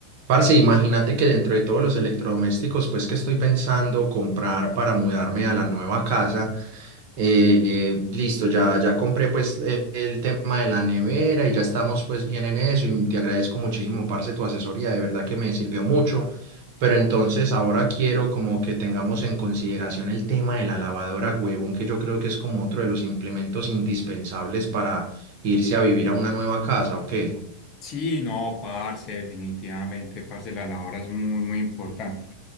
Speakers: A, on the right (about 50°); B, on the left (about 35°).
A: Parce, imagínate que dentro de todos los electrodomésticos, pues que estoy pensando comprar para mudarme a la nueva casa, eh, eh, listo, ya, ya compré pues el, el tema de la nevera y ya estamos pues bien en eso y te agradezco muchísimo, parce, tu asesoría, de verdad que me sirvió mucho, pero entonces ahora quiero como que tengamos en consideración el tema de la lavadora huevón, que yo creo que es como otro de los implementos indispensables para irse a vivir a una nueva casa, ¿o qué?
B: Sí, no, parce, definitivamente, parce, la labor es muy, muy importante.